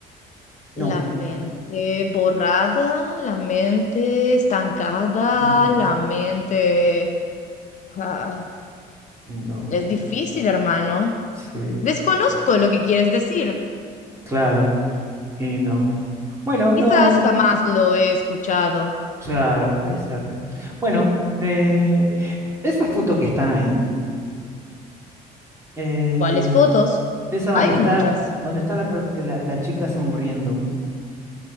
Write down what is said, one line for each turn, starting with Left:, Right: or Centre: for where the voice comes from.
Right: No.
Left: La mente borrada, la mente estancada,
Right: No.
Left: la mente Ah,
Right: No.
Left: es difícil, hermano.
Right: Sí.
Left: Desconozco lo que quieres decir.
Right: Claro. Y no. Bueno,
Left: Quizás
Right: no,
Left: jamás lo he escuchado.
Right: claro, puede ser. Bueno, eh, esas fotos que están ahí, eh,
Left: ¿Cuáles fotos?
Right: esa donde
Left: Hay
Right: está,
Left: muchas.
Right: donde está la, pers- la- la chica sonriendo,